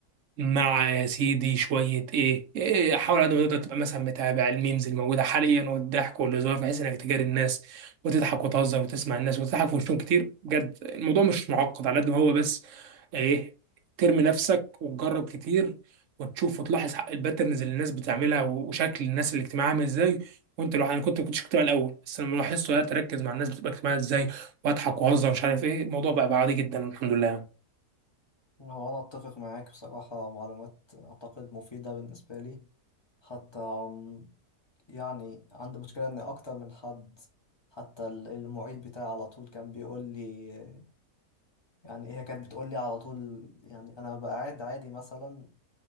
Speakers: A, on the right; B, on the left.
A: مع يا سيدي شوية إيه, إيه حاول على قد ما تقدر تبقى مثلا متابع الميمز الموجودة حاليا والضحك والهزار بحيث إنك تجاري الناس وتضحك وتهزر وتسمع الناس وتضحك في وشهم كتير بجد الموضوع مش معقد على قد ما هو بس إيه ترمي نفسك وتجرب كتير وتشوف وتلاحظ الباترنز اللي الناس بتعملها وشكل الناس الاجتماعية عامل إزاي وأنت لوحدك أنا كنت ما كنتش اجتماعي الأول بس لما لاحظت وقعدت أركز مع الناس بتبقى اجتماعية إزاي وأضحك وأهزر ومش عارف إيه الموضوع بقى, بقى عادي جدا الحمد لله يعني
B: هو أنا أتفق معاك بصراحة معلومات أعتقد مفيدة بالنسبة لي حتى أم، يعني عندي مشكلة إن أكتر من حد حتى ال- المعيد بتاعي على طول كان بيقول لي يعني هي كانت بتقول لي على طول يعني أنا بقى قاعد عادي مثلا